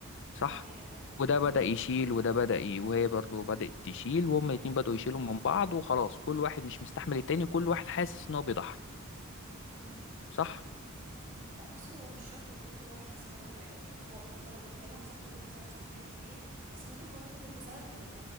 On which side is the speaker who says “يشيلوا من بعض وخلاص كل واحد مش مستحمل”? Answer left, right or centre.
Left